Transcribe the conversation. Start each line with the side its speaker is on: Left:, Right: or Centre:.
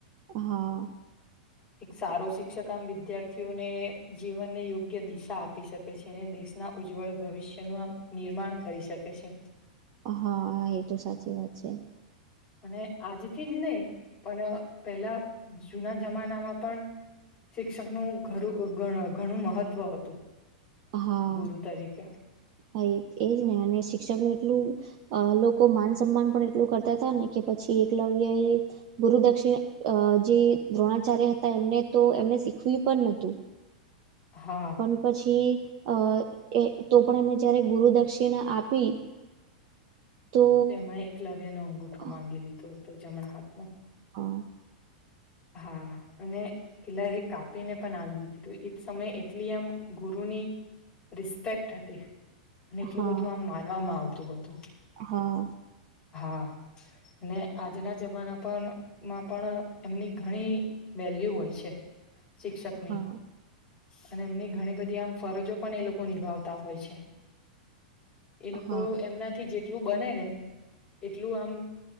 Right: હા.
Left: એક સારો શિક્ષક આમ વિદ્યાર્થીઓને જીવનને યોગ્ય દિશા આપી શકે છે. દેશના ઉજ્જવળ ભવિષ્યનું નિર્માણ કરી શકે છે.
Right: હા એ તો સાચી વાત છે.
Left: અને આજથી જ નહીં પણ પેલા જુના જમાનામાં પણ. શિક્ષકનુંું ઘરું ઘણું મહત્વ હતું.
Right: હા
Left: ગુરુ તરીકે
Right: એજ ને અને શિક્ષક ન એટલું. અ લોકો માન સન્માન પણ એટલું કરતા હતા ને કે પછી એકલવ્ય એ ગુરુ દક્ષિણ. જે દ્રોણાચાર્ય હતા એમને તો એમને શીખવ્યું પણ નતું.
Left: હા
Right: પણ પછી. અ એ તો પણ અમે જયારે ગુરુ દક્ષિણા આપી. તો
Left: તેમાં એકલવ્યનો અંગૂઠો
Right: હ
Left: માંગી લીધો હતો જમણા હાથનો
Right: હા.
Left: હા. અને પેલા એ કાપીને પણ આવી દીધું હતું એજ સમય એટલી આમ ગુરુની. રિસ્પેક્ટ હતી અને એટલું
Right: હા
Left: બધું આમ માનવામાં આવતું હતું.
Right: હા.
Left: હા અને આજના જમાના પણ માં પણ. એમની ઘણી વેલ્યુ હોય છે શિક્ષકની.
Right: હા
Left: અને એમની ઘણી બધી આમ ફરજો પણ એ લોકો નિભાવતા હોય છે. એ લોકો
Right: હા
Left: એમનાથી જેટલું બને ને એટલું આમ.